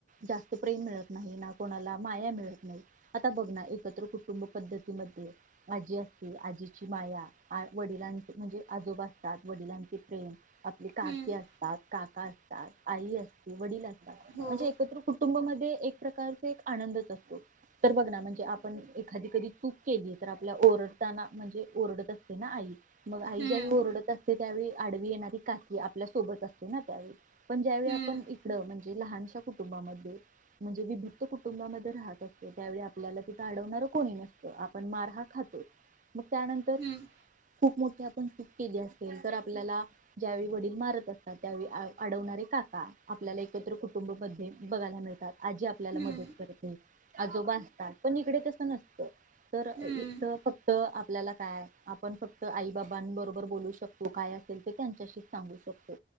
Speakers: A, on the right; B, on the right.
A: जास्त प्रेम मिळत नाही, ना कोणाला माया मिळत नाही, आता बघ ना एकत्र कुटुंब पद्धतीमध्ये आजी असते आजीची माया, आ‌ वडिलांचे म्हणजे आजोबा असतात, वडिलांचे प्रेम आपले काकी
B: हम्म
A: असतात काका असतात आई असते वडील असतात
B: हो
A: म्हणजे एकत्र कु टुंब मध्ये एक प्रकारचा एक आनंदच असतो, तर बघ ना म्हणजे आपण एखादी कधी चूक केली तर आपल्याला ओरडताना म्हणजे ओरडत असते ना आई, मग
B: हम्म
A: आई ज्या वेळी ओरडत अस ते त्यावेळी आडवी येणारी काकी आपल्या सोबत असते ना त्यावेळी, पण ज्यावेळी
B: हम्म
A: आपण इकडं म्ह जे लहानशा कुटुंबांमध्ये, म्हणजे विभक्त कुटुंबामध्ये राहत असतो त्यावेळी आपल्याला तिथं आडवणारं‌ कोणी नसतं आपण मार हा खातोच, मग त्यानंतर
B: हम्म
A: खुप मोठी आपण चूक केली असेल तर आपल्याला ज्यावेळी वडील मारत असतात त्यावेळी आ अडवणारे काका. हा आपल्याला एकत्र कुटुंब मध्ये बघायला मिळतात. आजी आपल्याला
B: हम्म
A: मदत करते आजोबा असतात, पण इकडे तसं नसतं. तर
B: हम्म
A: इथं फक्त आ पल्याला काय आपण फक्त आई बाबांबरोबर बोलू शकतो काय असेल ते त्यांच्याशीच सांगू शकतो.